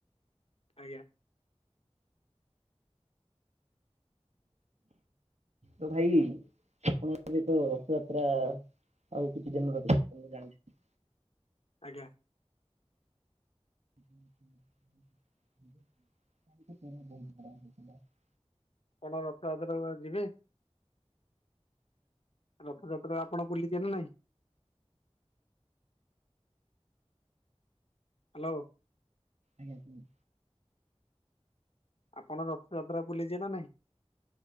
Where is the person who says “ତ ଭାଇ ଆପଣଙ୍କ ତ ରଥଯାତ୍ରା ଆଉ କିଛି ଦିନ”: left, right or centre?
Right